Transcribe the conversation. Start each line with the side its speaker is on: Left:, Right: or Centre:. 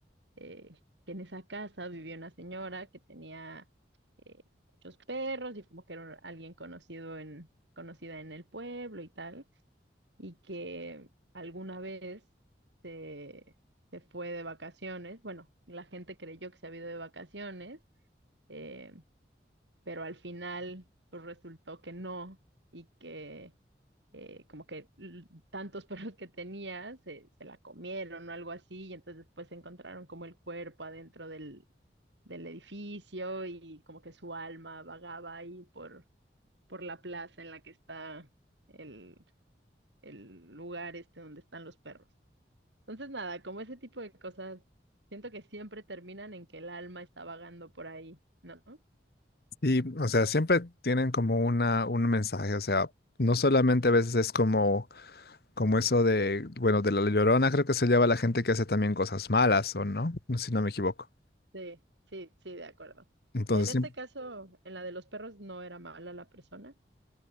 Right: eh, que en esa casa vivía una señora que tenía eh, muchos perros y como que era alguien conocido en, conocida en el pueblo y tal, y que alguna vez se, se fue de vacaciones, bueno, la gente creyó que se había ido de vacaciones, eh, pero al final pues resultó que no y que... eh, como que l- tantos <laughs> perros que tenía se, se la comieron o algo así, y entonces después encontraron como el cuerpo adentro del, del edificio y como que su alma vagaba ahí por, por la plaza en la que está el, el lugar este donde están los perros. Entonces, nada, como ese tipo de cosas, siento que siempre terminan en que el alma está vagando por ahí, ¿no?
Left: Y, o sea, siempre tienen como una, un mensaje, o sea, no solamente a veces es como, como eso de, bueno, de la Llorona creo que se lleva a la gente que hace también cosas malas, ¿o no? No sé Si no me equivoco.
Right: Sí, sí, sí, de acuerdo.
Left: Entonces,
Right: En este
Left: sí,
Right: caso, en la de los perros no era mala la persona,